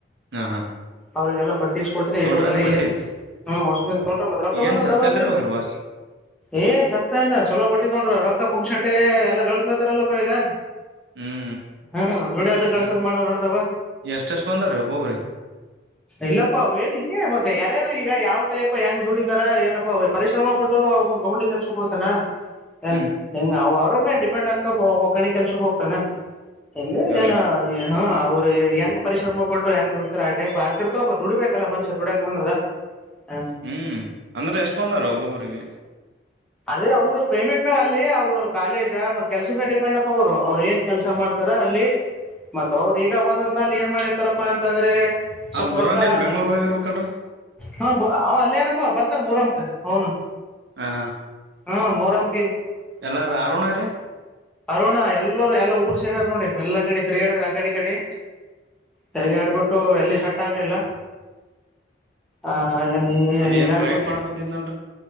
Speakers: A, on the right (about 65°); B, in the centre.
A: ಹಾ ಹಾ
B: ಅವ್ರಿಗೆಲ್ಲ ಬಟ್ಟಿಸ ಕೊಟ್ಟಿದ್ದ
A: ತೊಂಡ್ರೇನ್
B: ಇಟ್ಟೋದಾನ
A: ಬಟ್ಟಿ
B: ಇಲ್ಲಕ್ಕು ಹ್ಮಸ ತ <unintelligible> ರಕ್ತ
A: ಈಗೇನ್
B: ಬಂದ
A: ಸಸ್ತಾ
B: ದಬೆ
A: ಇದ್ದಿರ್ಬೇಕ್ರೀ ಬಾಸ್
B: ಏ ಚೊಲೋ ಬಟಿ ತಗೊಂಡ್ರು ರೊಕ್ಕ ಪುಂಗ್ ಶಂಟ ಎಲ್ಲ ಗಳಿಸಸ್ಲತಾರಲ್ಲಪ್ಪ ಈಗ
A: ಹ್ಮ್
B: ಹಾ ದುಡಿಯದ ಕಳ್ಸನ್
A: ಹ್ಮ್
B: ಮಾಡವ ನಡ್ದಾವ
A: ಎಷ್ಟೆಷ್ಟ್ ಬಂದಾವ್ರೀ ಒಬ್ಬೊಬ್ರಿಗೆ
B: ಇಲ್ಲಪ್ಪಾ ಅವ ಏನ್ ಹಿಂಗಗೆ ಮತ್ತೆ ಯಾರ್ಯಾರು ಈಗ ಯಾವ <inaudible> ಹೆಂಗ ದುಡಿದಾರ ಏನಪ್ಪಾ ಪರಿಶ್ರಮ ಪ ಬಿಟ್ಟು ಗೌಂಡಿ ಕೆಲ್ಸಕ್ಕೆ ಹೋಗ <unintelligible> ಏನ್
A: ಹ್ಮ್
B: ಹೆಂಗ ಅವ ಡಿಪೆಂಡ ಆಗ್ತ ಕಣಿ ಕೆಲ್ಸಕ್ಕೆ ಹೋಗ್ತಾನ ಹಗೆ
A: ಹ
B: ಏನ
A: ಹಾ
B: ಹಾ ಅವ್ರು ಹೆಂಗ ಪರಿಶ್ರಮ ಕೊಟ್ಟು ಹೆಂಗ್ ದುಡತಾರೆ ಆ ಟೈಪ್ ಆಗ್ತಿರ್ತೋಪ್ಪಬ ದುಡಿಬೇಕ ಅಲ್ಲ ಮನುಷ್ಯ ದುಡಕಕ್ ಬಂದದ ಹ.
A: ಹ್ಮ್ ಅಂದ್ರೆ ಎಷ್ಟ ಬಂದರು ಒಬ್ಬೊಬರಿಗೆ
B: ಅದೇ ಅವ್ರು ಪೇಮೆಂಟ್ ಮ್ಯಾಗ ಅಲ್ಲಿ ಅವರು ಕಾಲೇಜ ಮತ್ ಕೆಲ್ಸದ ಮೇ ಡಿಪೆಂಡ್ ಅಪ್ ಅವ್ರು ಅವ್ರು ಏನ್ ಕೆಲಸ ಮಾಡ್ತಾರೆ ರ ಅಲ್ಲಿ ಮತ್ತ ಅವ್ರ ಈಗ ಒಂದೊಂದ ಕಾಲ ಏನ್ ಮಾಡಿರ್ತಾರಪ್ಪ ಅಂತಂದ್ರೆ
A: ಆ
B: ಸ್ವಲ್ಪ
A: ಬುರಾನ್
B: ರೊಕ್ಕ
A: ಏನ್ ಬೆಂಗ್ಳೂರ್ ಹೋಗಿರ್ಬೇಕಲ್ರರಿ
B: ಹ ಅವ ಅಲ್ಲನ. ಹ ಬರ್ತಾನೆ ಮೂರಮ್ಕ ಅವ್ನು.
A: ಹ ಹಾ.
B: ಹಾ ಮರಮ್.
A: ಎಲ್ಲಾರ ಆರುಣ ರ.
B: ಅರುಣ ಎಲ್ಲ. ಎಲ್ಲ ಊರ್ ಸೇರಾರ ನೋಡಿ ಎಲ್ಲ ಕಡೆ. ತಿರ್ಗಿ ಹಡಿದ್ರ ಆ ಕಡೆ ಕಡೆ ತಿರ್ಗಿ ಆಡ್ಬಿಟ್ಟು ಎಲ್ಲಿ ಸಟ್ ಆಗ್ಲಿಲ್ಲ ಹ ನೀ
A: ಅದೇನ್
B: ಎಂಗಬ
A: ಡ್ರೈವಿಂಗ್ ಮಾಡಕ್ ಕುಂತಿದ್ನಲ್ರಿ